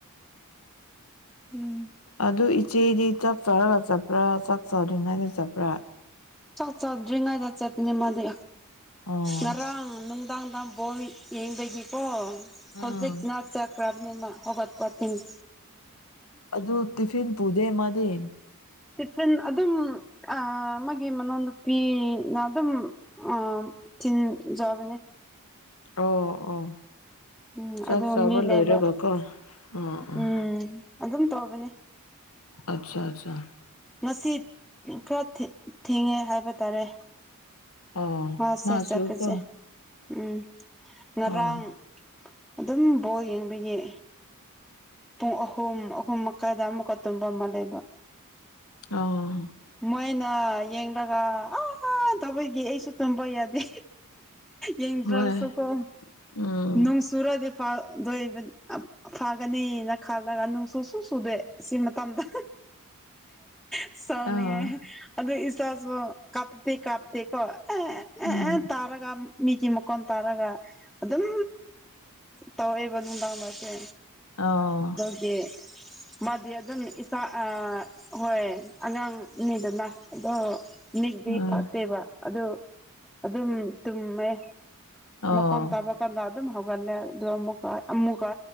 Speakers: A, in the centre; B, on the left.
A: ꯎꯝ
B: ꯑꯗꯨ ꯏꯆꯦꯗꯤ ꯆꯠ ꯆꯥꯛ ꯆꯔꯒ ꯆꯠꯄ꯭ꯔꯥ ꯆꯥꯛ ꯆꯥꯗ꯭ꯔꯤꯉꯩꯗ ꯆꯠꯄ꯭ꯔꯥ
A: ꯆꯥꯛ ꯆꯠꯗ꯭ꯔꯤꯉꯩꯗ ꯆꯠꯄꯅꯦ ꯃꯥꯗꯤ
B: ꯑꯣ
A: ꯉꯔꯥꯡ ꯅꯨꯡꯗꯥꯡꯗ ꯕꯣꯜ ꯌꯦꯡꯕꯒꯤꯀꯣ ꯍꯧꯖꯤꯛꯅ
B: ꯑꯥ
A: ꯄ꯭ꯔꯣꯕ꯭ꯂꯤ ꯍꯄꯣ ꯊ ꯊꯦꯡ꯭ꯨ
B: ꯑꯗꯨ ꯇꯤꯐꯤꯟ ꯄ ꯄꯨꯗꯦ ꯃꯥꯗꯤ
A: ꯇꯤꯐꯤꯟ ꯑꯗꯨꯝ ꯑ ꯑꯃꯒꯤ ꯃꯅꯥꯎ ꯅꯨꯨꯄꯤꯅ ꯑꯗꯨꯝ ꯑꯥ ꯇꯤꯟ ꯆꯥꯕ ꯅꯦ
B: ꯑꯣ ꯑꯣ
A: ꯎꯝ
B: ꯆꯥꯛ
A: ꯑꯗꯨ
B: ꯆꯥꯕ
A: ꯃꯤ ꯂꯩꯕ
B: ꯂꯣꯏꯔꯒꯀꯣ ꯑꯣ ꯑꯣ
A: ꯎꯝ ꯑꯗꯨꯝ ꯇꯧꯕꯅꯤ
B: ꯑꯆꯥ ꯑꯆꯥ
A: ꯉꯁꯤ ꯈꯔ ꯊꯦꯡꯉꯦ ꯍꯥꯏꯕ ꯇꯥꯔꯦ
B: ꯑꯣ
A: ꯃꯥꯁꯦ
B: ꯃꯥꯁꯨ
A: ꯆꯠꯄꯁꯦ
B: ꯀꯣ
A: ꯎꯝ ꯉꯔꯥꯡ
B: ꯑꯣ
A: ꯑꯗꯨꯝ ꯕꯣꯜ ꯌꯦꯡꯕꯒꯤ ꯄꯨꯡ ꯑꯍꯨꯝ ꯑꯍꯨꯝ ꯃꯈꯥꯏꯗ ꯑꯃꯨꯛꯀ ꯇꯨꯝꯕ ꯑꯃ ꯂꯩꯕ
B: ꯑꯣ
A: ꯃꯣꯏꯅ ꯌꯦꯡꯂꯒ ꯑ ꯇꯧꯕꯒꯤ ꯑꯩꯁꯨ ꯇꯨꯝꯕ ꯌꯥꯗꯦ ꯌꯦꯡꯗ꯭ꯔꯁꯨꯀꯣ
B: ꯍꯣꯏ ꯎꯝ
A: ꯅꯨꯡ ꯆꯨꯔꯗꯤ ꯐꯥꯗꯣꯏ ꯐꯥꯒꯅꯤꯅ ꯈꯜꯂꯒ ꯁꯨꯁꯨꯨ ꯁꯨꯗꯦ ꯁꯤ ꯃꯇꯝꯗ ꯁꯥꯎꯅꯤꯡꯉꯦ
B: ꯑꯥ
A: ꯑꯗꯨꯗ ꯏ ꯆꯁꯨ ꯀꯞꯇ ꯀꯥꯞꯇ ꯀꯣ ꯑꯦ
B: ꯎꯝ
A: ꯑꯦ ꯇꯥꯔꯒ ꯃꯤꯒꯤ ꯃꯀꯣꯟ ꯇꯥꯔꯒ ꯑꯗꯨꯝ ꯇꯧꯔꯦꯕ ꯅꯨꯡꯗꯥꯡꯗꯁꯦ
B: ꯑ
A: ꯗꯤ ꯃꯥꯗꯤ ꯑꯗꯨꯝ ꯏꯁꯥ ꯑ ꯍꯣꯏ ꯑꯉꯥꯡꯅꯤꯗꯅ ꯑꯗꯣ ꯃꯤꯒꯤꯗꯤ
B: ꯎꯝ
A: ꯐꯠꯇꯦꯕ ꯑꯗꯨ ꯑꯗꯨꯝ ꯇꯨꯝꯃꯦ
B: ꯑꯣ
A: ꯃꯈꯣꯟ ꯇꯥꯕ ꯀꯥꯟꯗ ꯑꯗꯨꯝ ꯍꯧꯒꯠꯂꯦ ꯑꯗꯨ ꯑꯃꯨꯛꯀ ꯑꯃꯨꯛꯀ